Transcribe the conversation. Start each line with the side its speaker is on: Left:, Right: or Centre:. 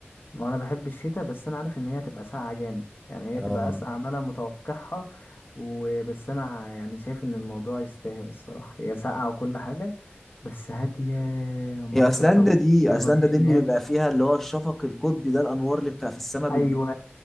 Left: ما انا بحب الشتاء بس انا عارف ان هي هتبقى ساقعه جامد يعني
Centre: اه
Left: هي تبقى اسقع ما انا متوقعها وبس انا يعني شايف ان الموضوع يستاهل الصراحه هي ساقعه وكل حاجه بس هاديه مناظر
Centre: هي ايسلندا
Left: طبيعيه
Centre: دي ايسلندا
Left: ما فيش
Centre: دي اللي
Left: ناس
Centre: بيبقى فيها اللي هو الشفق القطبي ده الانوار اللي بتبقى في السماء
Left: ايوه
Centre: بالليل